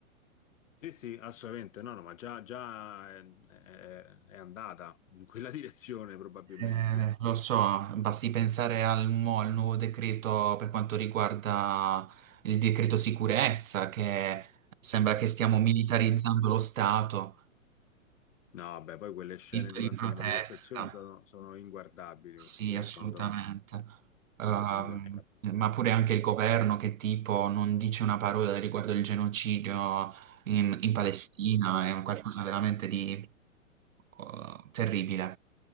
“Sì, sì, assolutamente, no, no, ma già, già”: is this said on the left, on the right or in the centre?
Left